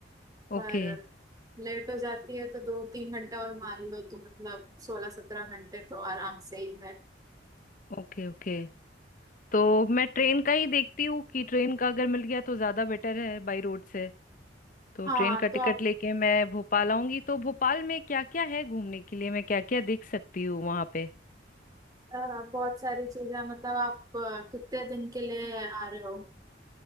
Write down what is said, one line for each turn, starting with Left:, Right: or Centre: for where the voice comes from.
Left: Okay
Right: पर लेट हो जाती है तो दो तीन घंटे और मान लो तो मतलब सोलह सत्रह घंटे तो आराम से ही है
Left: okay ओके तो मैं ट्रेन का ही देखती हूँ कि ट्रेन का अगर मिल गया तो ज़्यादा बेटर है बाई रोड से तो
Right: हाँ
Left: ट्रेन का टिकट
Right: तो आप
Left: लेके मैं भोपाल आऊंगी तो भोपाल में क्या क्या है घूमने के लिए मैं क्या क्या देख सकती हूँ वहां पे
Right: अ, बहुत सारी चीजें मतलब आप अ, कितने दिन के लिए आ रहे हो